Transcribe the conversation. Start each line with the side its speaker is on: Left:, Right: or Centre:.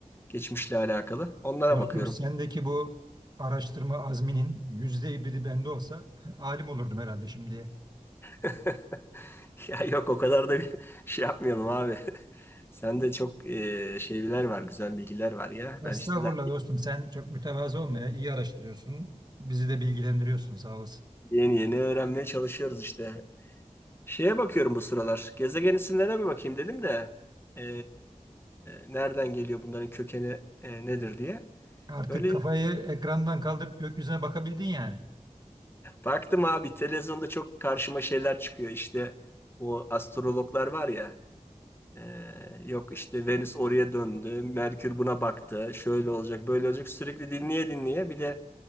Left: Geçmişle alakalı. Onlara
Right: Dostum
Left: bakıyorum.
Right: sendeki bu araştırma azminin yüzde biri bende olsa <laughs> alim olurdum herhalde şimdiye.
Left: <laughs> Ya yok o kadar da bir <laughs> şey yapmayalım abi. <laughs> Sende çok e, şeyler var, güzel bilgiler var ya.
Right: Estağfurullah
Left: Ben işte daha
Right: dostum sen çok mütevazı olma ya. İyi araştırıyorsun. Bizi de bilgilendiriyorsun sağ olasın.
Left: yeni yeni öğrenmeye çalışıyoruz işte. Şeye bakıyorum bu sıralar. Gezegen isimlerine bir bakayım dedim de e, nereden geliyor bunların kökeni e, nedir diye.
Right: Artık
Left: Böyle
Right: kafayı ekrandan kaldırıp gökyüzüne bakabildin yani.
Left: baktım abi televizyonda çok karşıma şeyler çıkıyor. İşte bu astrologlar var ya. Ee, yok işte Venüs oraya döndü, Merkür buna baktı, şöyle olacak, böyle olacak. Sürekli dinleye dinleye bir de